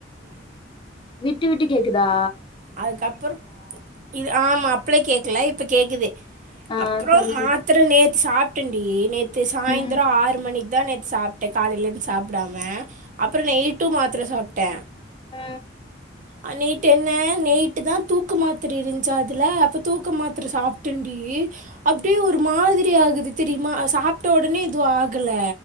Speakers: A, on the left (about 25°); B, on the right (about 45°).
A: விட்டு விட்டு கேக்குதா
B: அதுக்கப்புறோ‌ இது ஆமா அப்பளே கேக்கல இப்ப கேக்குது
A: ஆ
B: அப்றோ
A: சொல்லு
B: மாத்ர
A: சொல்லு
B: நேத்து சாப்ட்டண்டி நேத் து சாயந்தரோ
A: ம்
B: ஆறு மணிக்கு தா நேத்து சாப்ட்ட காலையிலேருந்து சாப்டாம அப்றோ நெயிட்டு மாத்ர சாப்ட்ட
A: ஆ
B: அ நெயிட்டு என்ன நெயிட்டு தா தூக்கு மாத்திர இருந்துச்சா அதுல அப்ப தூக்க மாத்ர சாப் டண்டி அப்படியே ஒரு மாதிரி ஆகுது தெரியுமா சாப்ட்ட உடனே எதுவு ஆகல